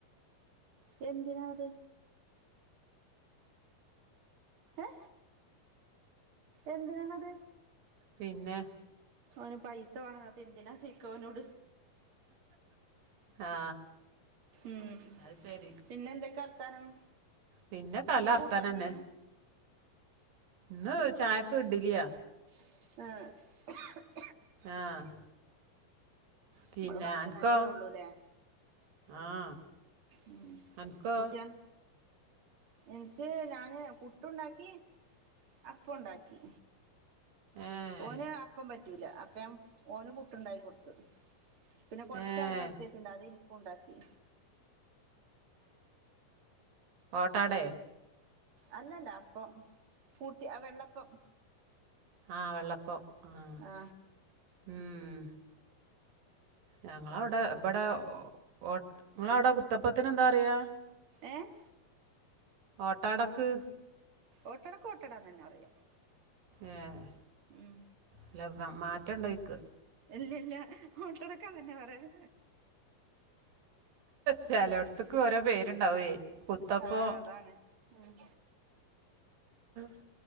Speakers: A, on the right; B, on the right.
A: എന്തിനാത് ഏ എന്തിനാണത്
B: പിന്നെ
A: ഓന് പൈസ വേണംന്ന് അപ്പെന്തിനാ ചോയ്ക്കാ ഓനോട്
B: ആ
A: ഉം
B: അത് ശരി
A: പിന്നെന്തെക്കെ വർത്താനം?
B: പിന്നെ കല
A: എന്താ
B: അർത്താനന്നെ
A: കൂട്ടാന്?
B: ഇന്ന് ചായക്ക് ഇഡ്ഡ്‌ല്യാ
A: ആഹ്
B: ആഹ് പിന്നെ
A: ഇങ്ങളും കാക്കിംതന്നെല്ലേ
B: അൻക്കോ
A: ഒള്ളൂല്ലേ.
B: ആഹ്
A: ഉം
B: അൻക്കോ
A: കുട്ട്യാൻ ഇൻക്ക് ഞാന് പുട്ടുണ്ടാക്കി. അപ്പൊണ്ടാക്കി.
B: ഏഹ്
A: ഓന് അപ്പം പറ്റൂല. അപ്പ ഞാൻ ഓന് പുട്ട്ണ്ടാകി കൊട്ത്ത്. പിന്നെ കൊർച്ചരിയര്ചെച്ണ്ടായതിൻക്കുണ്ടാക്കി.
B: ഏഹ് ഓട്ടടെ
A: അല്ലല്ല അപ്പൊം കൂട്ടി അഹ് വെള്ളപ്പം.
B: ആഹ് വെള്ളപ്പം ആഹ്
A: ആ
B: ഉം ഞങ്ങളവ്ടെ ബെടെ ഓ നങ്ങളവിടെ കുത്തപ്പത്തിന് എന്താ പറയാ?
A: ഏഹ്
B: ഓട്ടടക്ക്.
A: ഓട്ടടക്ക് ഓട്ടടാന്ന്ന്നെ പറയാ.
B: ഏഹ്
A: ഉം
B: ഇല്ല വ മാറ്റണ്ടോയ്ക്ക.
A: ഇല്ലല്ല ഓട്ടടക്ക് അതന്നെ പറയാ.
B: ചെലോട്ത്ക്ക് ഓരോ പേരുണ്ടാവേ കുത്തപ്പം.
A: ആ അതാണ് ഉം
B: ആഹ്